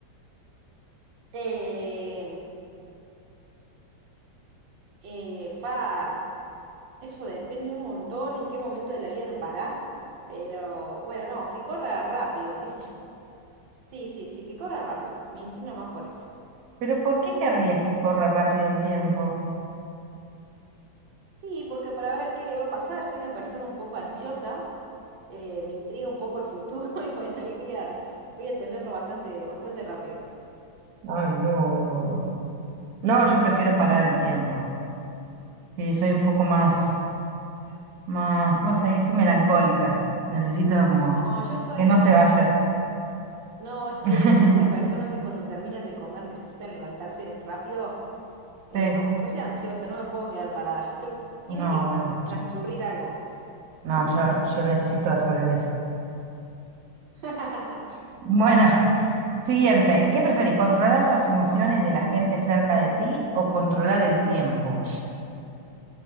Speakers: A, on the right; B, on the right.
A: Eh, eh, fa, Eso depende un montón en qué momento de la vida lo parás, pero bueno, no, que corra rápido, qué sé yo. Sí, sí, sí, que corra rápido. Me inclino más por eso.
B: Pero ¿por qué querrías que corra rápido el tiempo?
A: Y porque para ver qué va a pasar, soy una persona un poco ansiosa, eh, me intriga un poco el futuro <laughs> y bueno, ahí voy a, voy a tenerlo bastante, bastante rápido.
B: Ay, no, no, no. No, yo prefiero parar el tiempo. Sí, soy un poco más, más, ¿cómo se dice? Melancólica. Necesito como
A: No, yo soy,
B: que no se vaya.
A: no, es
B: <laughs>
A: que, ¿viste las personas que cuando terminan de comer necesitan levantarse rápido? Eh,
B: Sí,
A: no, yo soy ansiosa, no me puedo quedar parada, yo tengo- tiene
B: no,
A: que
B: bueno.
A: transcurrir algo.
B: No, yo, yo necesito la sobremesa.
A: <laughs>
B: Bueno, <laughs> siguiente, ¿qué preferís? ¿Controlar las emociones de la gente cerca de ti o controlar el tiempo?